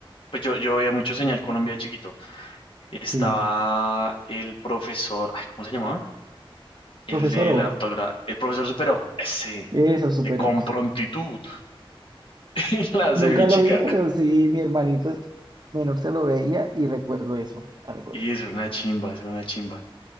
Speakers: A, on the left; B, on the right.
A: pues yo, yo veía mucho Señal Colombia de chiquito. Estaba
B: Sí,
A: el profesor, ay, ¿cómo se llamaba? El
B: profesor
A: de
B: O,
A: la ortografía. El profesor superó, ese,
B: eso superó.
A: de con prontitud. <laughs> Y
B: <laughs>
A: la
B: Nunca
A: cevichica.
B: lo vi, pero sí, mi hermanito menor se lo veía y recuerdo eso, algo
A: Y
B: de eso.
A: es una chimba, es una chimba.